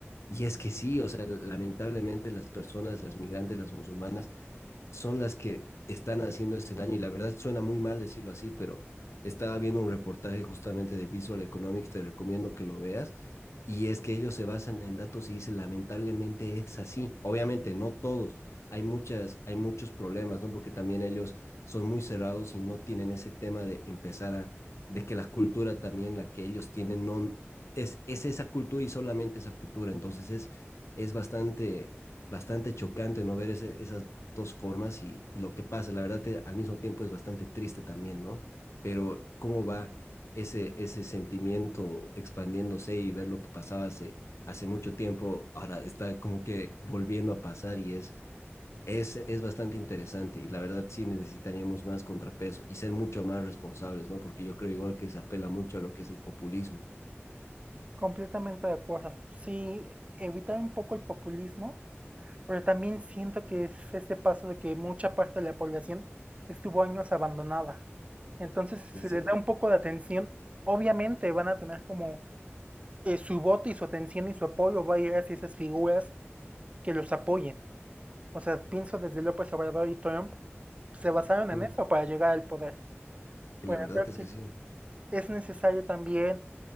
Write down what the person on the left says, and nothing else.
Y es que sí, o sea, lamentablemente las personas, las migrantes, las musulmanas, son las que están haciendo ese daño. Y la verdad suena muy mal decirlo así, pero estaba viendo un reportaje justamente de Visual Economics, te recomiendo que lo veas. Y es que ellos se basan en datos y dicen, lamentablemente es así. Obviamente, no todos. Hay muchas, hay muchos problemas, ¿no? Porque también ellos son muy cerrados y no tienen ese tema de empezar a, de que la cultura también, la que ellos tienen, no, es, es esa cultura y solamente esa cultura. Entonces es, es bastante, bastante chocante no ver ese, esas dos formas y, y lo que pasa. La verdad, te- al mismo tiempo es bastante triste también, ¿no? Pero cómo va ese, ese sentimiento expandiéndose y ver lo que pasaba hace, hace mucho tiempo, ahora está como que volviendo a pasar y es, es, es bastante interesante. Y la verdad, sí necesitaríamos más contrapeso y ser mucho más responsables, ¿no? Porque yo creo igual que se apela mucho a lo que es el populismo.
Y
sí,
mm,
y
la verdad
es que sí.